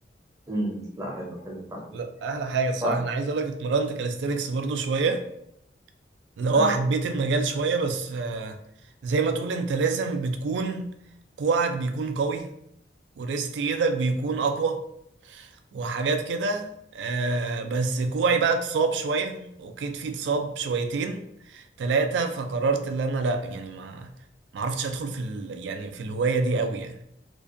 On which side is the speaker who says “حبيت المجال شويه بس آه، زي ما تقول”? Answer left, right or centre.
Right